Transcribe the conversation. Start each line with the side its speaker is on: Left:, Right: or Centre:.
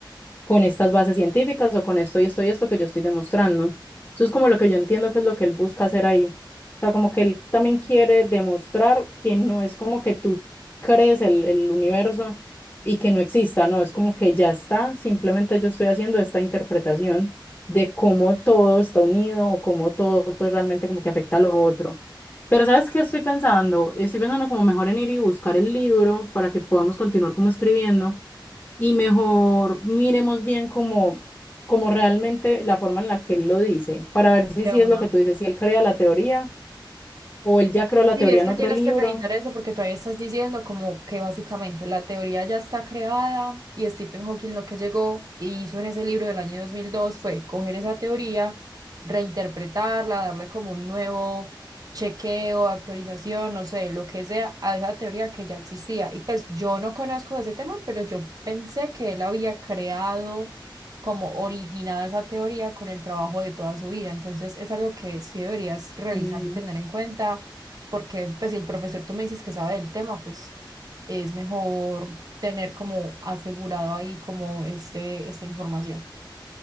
Left: con estas bases científicas o con esto y esto y esto que yo estoy demostrando. Eso es como lo que yo entiendo que es lo que él busca hacer ahí. O sea, como que él también quiere demostrar que no es como que tú crees el, el universo y que no exista, no, es como que ya está, simplemente yo estoy haciendo esta interpretación de cómo todo está unido o cómo todo pues realmente como que afecta a lo otro. Pero ¿sabes qué estoy pensando? Estoy pensando como mejor en ir y buscar el libro para que podamos continuar como escribiendo y mejor miremos bien como, como realmente la forma en la que él lo dice, para ver si,
Right: De
Left: si
Right: una.
Left: es lo que tú dices, si él crea la teoría o él ya creó la
Right: Sí,
Left: teoría
Right: es
Left: en
Right: que
Left: otro
Right: tienes
Left: libro.
Right: que revisar eso porque todavía estás diciendo como que básicamente la teoría ya está creada y Stephen Hawking lo que llegó y hizo en ese libro del año 2002 fue coger esa teoría, reinterpretarla, darle como un nuevo chequeo, actualización, no sé, lo que sea, a esa teoría que ya existía. Y pues yo no conozco ese tema, pero yo pensé que él había creado como originado esa teoría con el trabajo de toda su vida. Entonces es algo que sí deberías revisar
Left: Y
Right: y tener en cuenta porque pues si el profesor tú me dices que sabe del tema, pues es mejor tener como asegurado ahí como este, esta información.